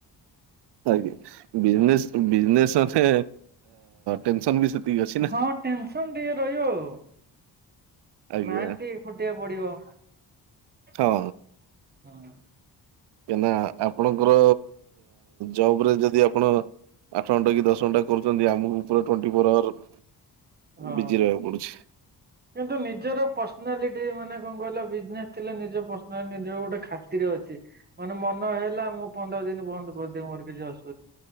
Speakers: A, on the right; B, on the right.
A: ଆଜ୍ଞା ବିଜନେସ୍ ବିଜନେସ ଅଛେ ଟେନସନ ବି ସେତିକି ଅଛି ନା।
B: ହଁ ଟେନସନ ଟିକେ ରହିବ ଆଉ।
A: ଆଜ୍ଞା
B: ମାଣ୍ଟି ଖଟିବା ପଡିବ ହୁଁ।
A: ହଁ କଁ ନା ଆପଣଙ୍କର ଜବ ରେ ଯଦି ଆପଣ ଆଠ ଘଣ୍ଟା କି ଦଶ ଘଣ୍ଟା କରୁଛନ୍ତି ଆମକୁ ଉପ ଟ୍ୱଣ୍ଟି ଫୋର୍ ଆୱାର
B: ହଁ।
A: ବିଜି ରହିବାକୁ ପଡୁଛି।
B: କିନ୍ତୁ ନିଜର ପର୍ସନାଲିଟି ମାନେ କଣ କହିଲ ବିଜନେସ ଥିଲେ ନିଜ ପର୍ସନାଲି ନିଜ ଗୋଟେ ଖାତିର ଅଛି। ମାନେ ମନ ହେଲା ମୁଁ ପନ୍ଦର ଦିନ ବନ୍ଦ କରିଦିଏ ମୋର କିଛି ଅସ